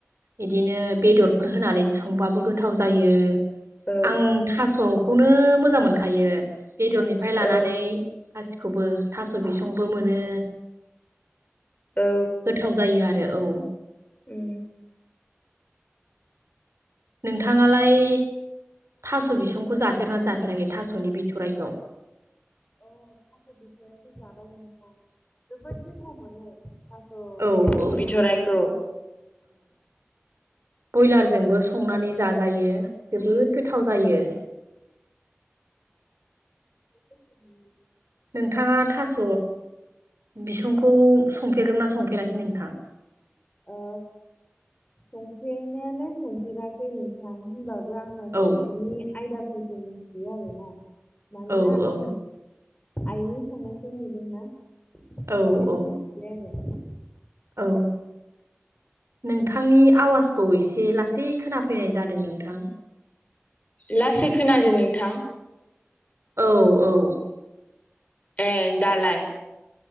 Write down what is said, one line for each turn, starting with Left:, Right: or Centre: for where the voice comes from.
Right: बिदिनो बेदरफोर होनानै संबाबो गोथाव जायो
Left: औ
Right: आं थास'खौनो मोजां मोनखायो बेदरनिफ्राय लानानै
Left: औ
Right: गासिखौबो थास' बिसंबो मोनो
Left: औ
Right: गोथाव जायो आरो औ
Left: उम
Right: नोंथाङालाय थास' बिसंखौ जाफेरना जाफेराखै थास'नि बिथराइखौ
Left: अ थास बिथराखौ जाबाय नोंथां जोबोद गोथाव मोनो अ
Right: औ औ
Left: बिथरायखौ
Right: ब्रयलारजोंबो संनानै जाजायो जोबोर गोथाव जायो
Left: <inaudible>
Right: नोंथाङा थास' बिसंखौ संफेरदोंना संफेराखै नोंथां
Left: ओ संफेरनायालाय संफेराखै नोंथां होनबाबो बो आङो संनायनि
Right: औ
Left: आयदाफोरखौ मिथियो आरोना मानोना
Right: औ औ
Left: आं आइनि संनायखौ नुदोंना
Right: औ
Left: बेनिफ्रायनो
Right: औ
Left: मिथिबाय आरो
Right: औ नोंथांनि आवाजखौ एसे लासै खोनाफैनाय जादों नोंथां
Left: लासै खोनादों नोंथां
Right: औ औ
Left: ए दालाय